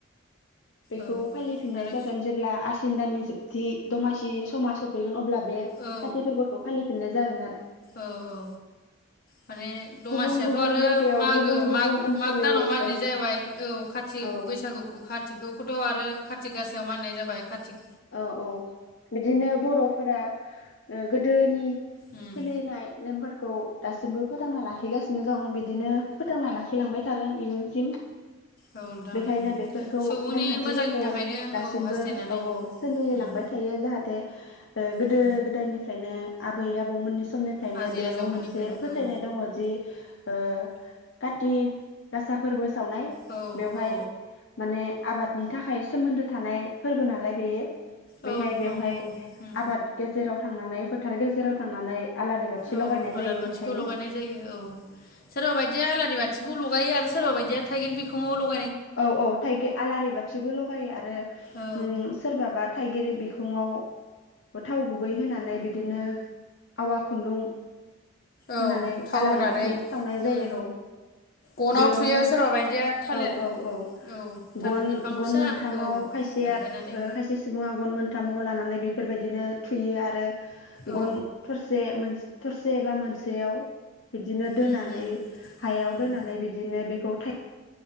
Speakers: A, on the left; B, on the left.
A: बेखौ
B: औ
A: फालि फिननाय
B: आरो
A: जागोन जेब्ला आसिन दाननि जोबथि दमासि समा सफैगोन अब्ला बे
B: औ
A: काति फोरबोखौ फालि फिननाय जागोन आरो।
B: औ औ माने दमासियाथ'
A: गुबुन गुबुन
B: आरो
A: जायगायाव
B: मागो
A: गुबुन गुबुन
B: माग
A: ओनसोलै
B: माग दानाव मानिनाय
A: औ
B: जाहैबाय औ काति
A: औ
B: बैसागुखौ काति बेखौथ' आरो कातिक गासायाव मानिनाय जाबाय कातिक
A: औ औ बिदिनो बर'फोरा ओ गो दोनि
B: उम
A: सोलिनाय नेमफोर खौ दासिमबो फोथांना लाखिगासिनो दं बिदिनो फोथांना लाखिलांबाय थागोन इयुनसिम।
B: औ नोंथां
A: बेखायनो बेफोरखौ
B: सुबुंनि
A: नेमखान्थिफोरखौ
B: मोजांनि थाखायनो
A: दासिमबो
B: औ हास्थायनानै
A: औ औ सोलिलांबाय
B: उम
A: थायो जाहाथे ओ गोदो
B: उम
A: गोदायनिफ्रायनो आबै आबौ मोननि स मनिफ्रायनो
B: आजै
A: बेयाव
B: आजौमोननिफ्रायनो
A: मोनसे फोथायनाय
B: औ
A: दङ जि ओ काति गासा फोरबो सावनाय
B: औ
A: बेवहाय
B: औ
A: माने आबादनि थाखाय सोमोन्दो थानाय फोरबो नालाय बेयो। बेखाय
B: औ नोंथां
A: बेवहाय
B: नंगौ उम
A: आबाद गेजेराव थांनानै फोथार गेजेराव। थांनानै आलारि बाथि
B: औ
A: लगायनाय
B: आलारि
A: जायो
B: बाथिखौ
A: बेखायनो
B: लगायनाय जायो औ सोरबा बायदिया आलारि बाथिखौ लगायो आरो सोरबा बायदि या थायगिर बिखङाव ल
A: औ औ थाइगि आलारि बाथिबो लगायो आरो
B: औ
A: उम सोरबाबा थाइगिर बि खुंङाव थाव गुबै होनानै बिदिनो आवा खुन्दुं होनानै
B: औ थाव
A: आलारि
B: होनानै
A: बाथि
B: उम
A: सावनाय जायो औ
B: गनाव
A: बेयावनो
B: थुयो सोरबा बायदिया थालिर
A: औ औ औ
B: औ थालिर
A: गन
B: बिफां
A: गन
B: फिसा
A: मोनथामाव
B: औ
A: खायसेया
B: दानफायनानै
A: ओ खायसे सुबुङा गन मोनथामाव लानानै बेफोरबायदिनो थुयो आरो
B: औ
A: गन थरसे मोनस थरसे एबा मोनसेयाव बिदिनो दोनानै
B: उम उम
A: हायाव
B: उम
A: दोनानै बिदिनो बेखौ थाइ